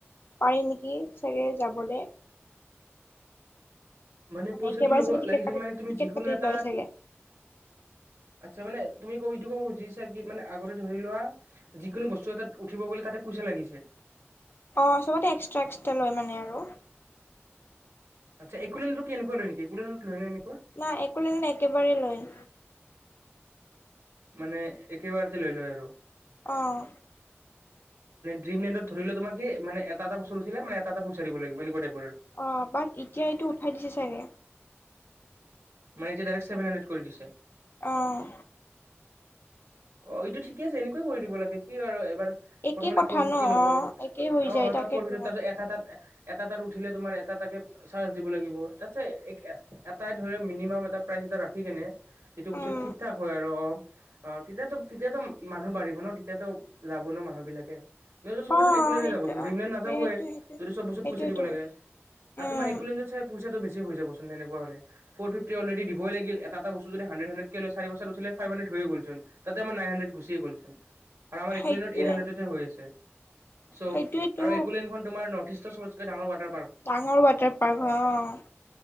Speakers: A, on the left; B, on the right.
A: পাৰি নেকি চাগে যাবলৈ।
B: মানে পইচা
A: একেবাৰে
B: দি ল'ব
A: চাগে টিকেট
B: লাগিছিল
A: কাটি
B: মানে তুমি
A: টিকেট
B: যিকোনো
A: কাটি
B: এটা
A: লয় চাগে
B: আচ্ছা মানে তুমি ৌ ইটো ক'ব খুজিছা কি মানেগতে ধৰি লোৱা যিকোনো বস্তু এ তাত উঠিব গ'লে তাতে পইচা লাগিছিল <unintelligible>
A: অ সবতে এক্সট্ৰা এক্সট্ৰা লয় মানে আৰু
B: আচ্ছা একোলেন্দ্ৰত কেনেকুৱা লয় নেকি একুলেণ্ডত লয় নে <unintelligible>
A: না একোলেণ্ডট একেবাৰেই লয় <unintelligible>
B: মানে একেবাৰতে লৈ লয় আৰু
A: আহ।
B: ট্ৰি মেণ্ডত ধৰিলে তোমা কি মানে এটা এটা বস্তু উঠিলে এটাটে পইচা দিব লাগিব এনেকুৱা টাইপ
A: অ বাট এতিয়া এইটো উঠাই দিছে চাগে
B: মানে এতিয়া ডাইৰেক্টেভন হাণ্ড্ৰেড কৰি দিছে।
A: আহ।
B: অ, এইটো ঠিকে আছে, এনেকুৱা কৰি দিব লাগে। কি আৰু এবাৰ
A: একেই
B: প্ৰথমতে
A: কথা
B: ফৰ ফিফটি
A: ন
B: ল'ব,
A: অ একেই হৈ
B: অ,
A: যায়
B: এটা
A: তাকেতো
B: ফৰ ফিফটি তাৰপিছত এটা তাত এটা তাত উঠিলে তোমাৰ এটা-এটাকে চাৰ্জ দিব লাগিব, তাতে ধৰি লোৱা, মিনিমাম এটা প্ৰাইজ এটা ৰাখি কেনে, যিটো বস্তু
A: উম
B: ঠিক-ঠাক হয় আৰু, অ অ, তেতিয়াতো-তেতিয়াতো মানুহ বাঢ়িব ন, তেতিয়াতো যাব ন মানুহ বিলাকে নহ'লে চবেইচোন
A: অ
B: এক'লেণ্ডত
A: সেইটো
B: নে যাবচোন,
A: অ
B: ড্ৰিমলেন্ড নাজাবয়
A: সেইটো সেইটো
B: যদি চব বস্তুত
A: সেইটোয়েতো
B: পইচা দিব লাগে। আৰু
A: উম
B: তোমাৰ এক'লেণ্ডত চাগে পইচাটো বেছি হৈ যাবচোন, তেনেকুৱা হ'লে। ফৰ ফ্ৰিফটি অলৰেডি দিবই লাগিল, এটা-এটা বস্তু যদি হান্ড্ৰেড হান্ড্ৰেড কে লৈ, চাৰি বছৰ উঠিলে ফাইভ হান্ড্ৰেড হৈ গ'ল চোন। ফাইভ হ্ৰানড্ৰেট গুছিয়ে গ'ল ছোন। আৰু আমাৰ
A: সেইটোয়ে
B: ইকুলেইনত এইট হ্ৰানড্ৰেট হৈ আছে, চ'
A: সেইটোয়েতো
B: আৰু ইকুলেইনখন তোমাৰ ন <unintelligible> বৈশিষ্ট চবকে ডাঙৰ ৱাটাৰ <unintelligible>
A: ডাঙৰ ৱাটাৰ পাৰ্ক হয়, অ